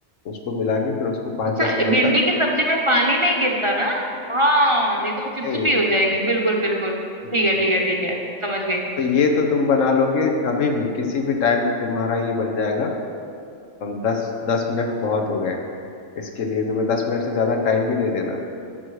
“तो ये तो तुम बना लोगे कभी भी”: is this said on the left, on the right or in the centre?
Left